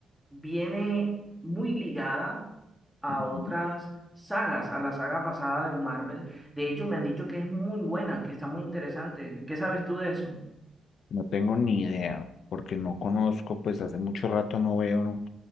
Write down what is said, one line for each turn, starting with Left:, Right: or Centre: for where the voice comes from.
Centre: viene muy ligada a
Left: Ujú.
Centre: otras sagas, a la saga pasada de Marvel. De hecho, me han dicho que es muy buena, que está muy interesante. ¿Qué sabes tú de eso?
Left: No tengo ni idea, porque no conozco, pues hace mucho rato no veo